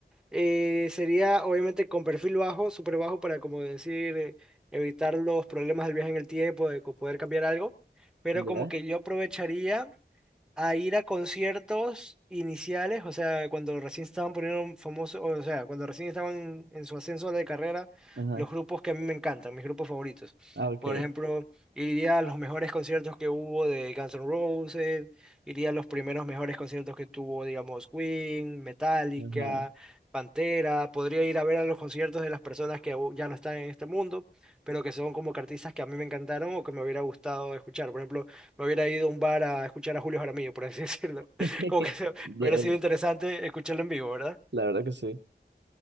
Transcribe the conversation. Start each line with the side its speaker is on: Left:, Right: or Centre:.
Centre: eh, sería, obviamente, con perfil bajo, súper bajo, para, como decir, eh, evitar los problemas del viaje en el tiempo, de co- poder cambiar algo. Pero
Right: ¿Ya?
Centre: como que yo aprovecharía. a ir a conciertos iniciales, o sea, cuando recién estaban poniendo famosos, o sea, cuando recién estaban en, en su ascenso de carrera,
Right: Ajá.
Centre: los grupos que a mí me encantan, mis grupos favoritos.
Right: Ah, ok.
Centre: Por ejemplo, iría a los mejores conciertos que hubo de Guns N' Roses, iría a los primeros mejores conciertos que tuvo, digamos, Queen, Metallica,
Right: Ajá.
Centre: Pantera, podría ir a ver a los conciertos de las personas que aún ya no están en este mundo, pero que son como que artistas que a mí me encantaron o que me hubiera gustado escuchar. Por ejemplo, me hubiera ido a un bar a escuchar a Julio Jaramillo, por así decirlo.
Right: <laughs>
Centre: <laughs> Como que se-
Right: Ya,
Centre: hubiera sido interesante escucharlo en vivo, ¿verdad?
Right: La verdad que sí.